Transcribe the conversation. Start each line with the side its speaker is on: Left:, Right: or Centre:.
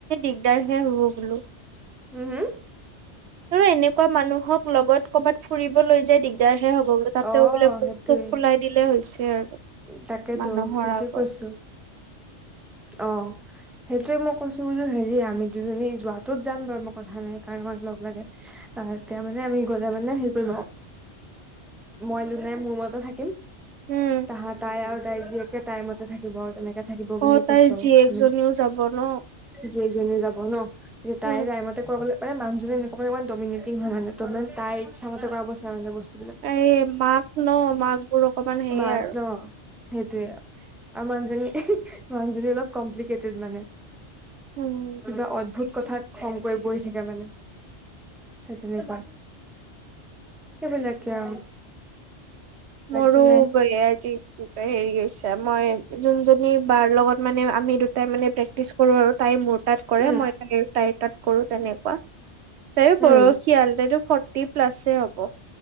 Right: দিগদাৰ হে হ'ব বোলো।
Centre: উম হুম
Right: আৰু এনেকুৱা মানুহক লগত কৰবাত ফুৰিব লৈ যায় দিগ দাৰহে হ'ব বোলো, তাতেও
Centre: অ
Right: বোলে বুক-চুক
Centre: সেইটোৱে
Right: ফুলাই দিলে হৈছে আৰু।
Centre: তাকেতো
Right: মানুহৰ
Centre: সেইটোয়ে
Right: আগত।
Centre: কৈছো অ। সেইটোৱে মই কৈছো বোলো হেৰি আমি দুজনী যোৱাটোত যাম বাৰু মই কথা নাই কাৰণ আমাক লগ লাগে। তেওঁ মানে আমি গ'লে মানে হেৰি কৰিব মই লো নাই মোৰ মতে থাকিম
Right: উম,
Centre: তাহা তাই আৰু তাই জীয়েকে তাইৰ মতে থাকিব আৰু তেনেকে থাকিব বুলি
Right: অ' তাইৰ
Centre: কৈছো আৰু
Right: জীয়েকজনীও
Centre: আমি
Right: যাব ন?
Centre: যিজনী যাব ন তাই
Right: উম,
Centre: তাইমতে ক মানুহজনে এনেকুৱা মানে ডমিনেটিং হয় মানে ত তাই ইচ্ছামতে কৰা
Right: এই মাক ন মাক বোৰ অকমান হেয়ে
Centre: মাক
Right: আৰু।
Centre: ন সেইটোৱে, আৰু মানুহজনী-মানুহজনী অলপ কমপ্লিকেটেড মানে।
Right: উম,
Centre: কিবা অদ্ভুত কথাত খং কৰি পৰি থাকে মানে। <inaudible> সেইবিলাকে আৰু বাকীটো
Right: মোৰো
Centre: নাই
Right: বয়া আজি। হেৰি কৰিছে মই যোনজনী বাৰ লগত মানে আমি দুটাই মানে প্ৰেক্টিচ কৰো আৰু টাইমত তাত কৰে
Centre: উম
Right: মই তাই তাইৰ তাত কৰো তেনেকুৱা, তাই
Centre: উম
Right: বয় কিয়াল তাইতো ফৰ্টি প্লাছে হব।